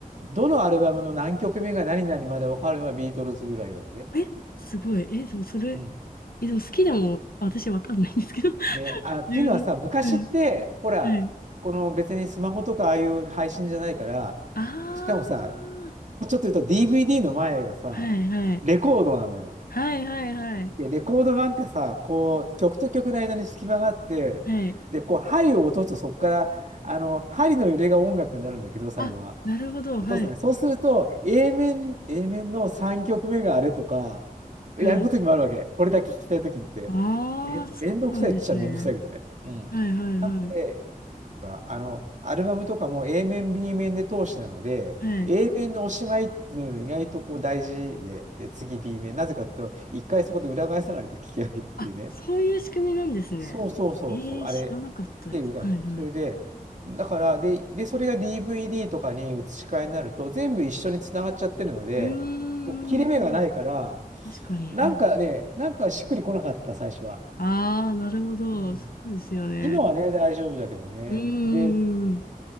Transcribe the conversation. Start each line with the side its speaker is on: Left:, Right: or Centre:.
Right: どのアルバムの何曲目が何々まで分かるのはビートルズぐらいなので。
Left: え、すごい。え、そう、それ、
Right: うん
Left: え、でも好きでも、私わかんないんですけど、
Right: ね、
Left: <laughs>
Right: あ、っていうのはさ、
Left: 自分の。
Right: 昔って、
Left: はい、
Right: ほら、
Left: はい。
Right: この別にスマホとかああいう配信じゃないから、
Left: あー、
Right: しかもさ、ちょっと言うと DVD の前はさ、
Left: はい、はい。
Right: レコードなのよ。
Left: はい、はい、はい。
Right: で、レコード盤ってさ、こう、曲と曲の間に隙間があって、
Left: はい。
Right: で、こう、針を落とすとそこから、あの、針の揺れが音楽になるんだけど、最後は。
Left: あ、なるほど、
Right: 落とすね。
Left: はい、
Right: そうすると、A 面、A 面の3曲目があれとか、やることにもあるわけ。
Left: はい。
Right: これだけ聞きたいときって。
Left: あー、
Right: め、
Left: そうなんですね。
Right: めんどくさいっちゃめんどくさいけどね。うん。
Left: はい、はい、はい。
Right: なので、ほらあの、アルバムとかも A 面、B 面で通しなので、
Left: はい。
Right: A 面のおしまいっていうのが意外とこう大事で、で、次 B 面。なぜかっていうと、一回そこで裏返さないと聞けないっていうね。
Left: あ、そういう仕組みなんですね。
Right: そうそうそうそう、
Left: えー、
Right: あれっていうか、
Left: 知らなかったです。はい、はい。
Right: それで、だから、で、で、それが DVD とかに移し替えになると、全部一緒につながっちゃってるので、
Left: うーん、
Right: こう切れ目がないから、
Left: 確かに、
Right: なんかね、
Left: はい。
Right: なんかしっくりこなかった、最初は。
Left: あー、なるほど、
Right: うん
Left: そうですよね。
Right: 今はね、大丈夫だけどね。
Left: うーん。
Right: で、